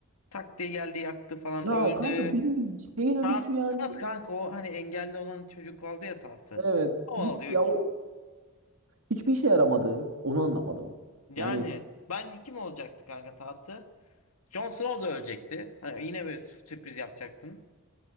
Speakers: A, on the left; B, on the right.
A: tak diye geldi yaktı falan
B: ya
A: öldü.
B: kanka birinin şeyin ölüşü
A: Tat,
B: yani
A: tat kanka o hani engelli olan çocuk aldı ya tahtı.
B: evet
A: O
B: hiç,
A: alıyor
B: ya
A: ki.
B: o hiçbir işe yaramadı. Onu anlamadım.
A: Yani
B: Yani
A: bence kim olacaktı kanka tahtı? Jon Snow da ölecekti. Hani yine bir sürpriz yapacaktın.